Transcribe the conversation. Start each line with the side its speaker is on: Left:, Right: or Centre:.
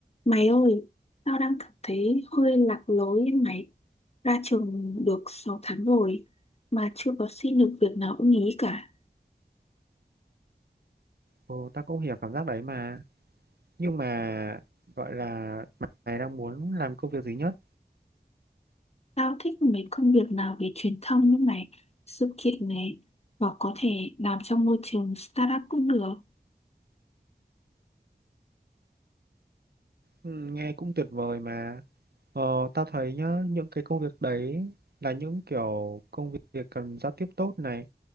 Left: Mày ơi, tao đang cảm thấy hơi lạc lối ấy mày. Ra trường được 6 tháng rồi mà chưa có xin được việc nào ưng ý cả.
Right: Ồ, tao cũng hiểu cảm giác đấy mà. Nhưng mà gọi là mày đang muốn làm công việc gì nhất?
Left: Tao thích mấy công việc nào về truyền thông như mày, sự kiện này hoặc có thể làm trong môi trường startup cũng được.
Right: Ừ, Nghe cũng tuyệt vời mà. Ờ, tao thấy nhá, những cái công việc đấy là những kiểu công việc cần giao tiếp tốt này,